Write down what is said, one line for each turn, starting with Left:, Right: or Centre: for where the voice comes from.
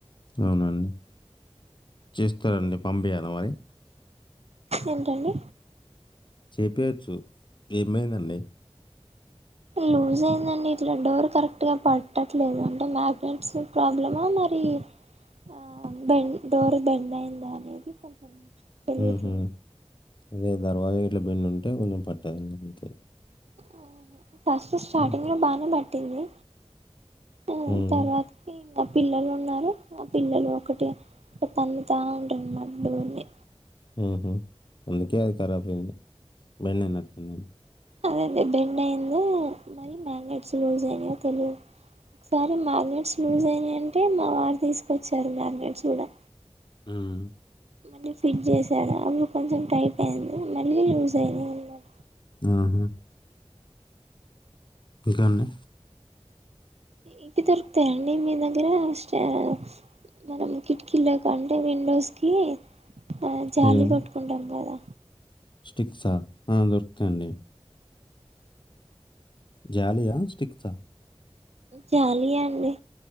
Left: అవునండి చేస్తారండి పంపియాలా మరి
Right: ఏంటండి
Left: చేపియచ్చు ఏమైందండి
Right: లూజ్ అయిందండి ఇట్లా డోర్ కరెక్ట్గా పట్టట్లేదు అంటే మ్యాగ్నెట్స్ ప్రాబ్లమా, మరి ఆ బెం డోర్ బెండ్ అయిందా అనేది కొంచం? తెలియట్ల
Left: హుహు. అదే దర్వాజా గట్ల బింన్న ఉంటే కొంచెం పట్టద అంతే
Right: ఆహ ఫస్ట్ స్టార్టింగ్
Left: హ్మ్.
Right: లో బాగానే పట్ట టీంది ఆ
Left: హ్మ్.
Right: తర్వాతకి ఆ పిల్లలు ఉన్నారు ఆ పిల్లలు ఒకటె తన్నతా ఉంటారన్నమాట డోర్ ని
Left: ఊహు అందుకే అది ఖరాబ్ అయింది బన్న అయినట్టుంది
Right: అదే అదే బెండ్ అయిందో మరిీ మ్యాగ్నెట్స్ లూజ్ అయినాయో తెలియదు ఒకసారి మ్యాగ్నెట్స్ లూజ్ అయినాయంటే మా వారు తీసుకొచ్చారు మ్యాగ్నెట్స్ కూడా
Left: ఉమ్
Right: మళ్ళీ ఫిట్ చేసాడు అప్పుడు కొంచెం టైట్ అయింది మళ్ళీ లూజ్ అయినాయి అనమాట
Left: ఆహా ఇంకా అండి
Right: ఇవి దొరుకుతాయా అండి మీ దగ్గర స్టాక్స్ మనం కిటికీళక అంటే విండోస్కి ఆ జాలి
Left: ఏదండి
Right: కట్టుకుంటాం కదా
Left: స్టిక్సా ఆ దొరుకుతాయండి జాలి ఆ స్టిక్స్ ఆ
Right: జాలి ఏ అండి